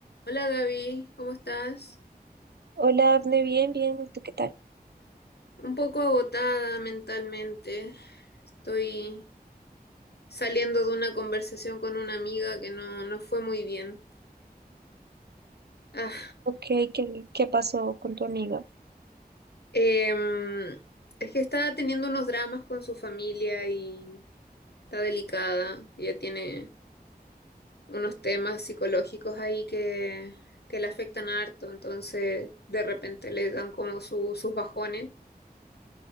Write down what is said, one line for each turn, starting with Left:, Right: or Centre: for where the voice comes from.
Left: Hola Gaby, ¿cómo estás?
Right: Hola, Afne, bien, bien, ¿y tú qué tal?
Left: Un poco agotada mentalmente. Estoy saliendo de una conversación con una amiga que no, no fue muy bien. Ah,
Right: Ok, ¿qué, qué pasó con tu amiga?
Left: em, es que está teniendo unos dramas con su familia y está delicada. Ya tiene unos temas psicológicos ahí que, que le afectan harto, entonces de repente le dan como su- sus bajones.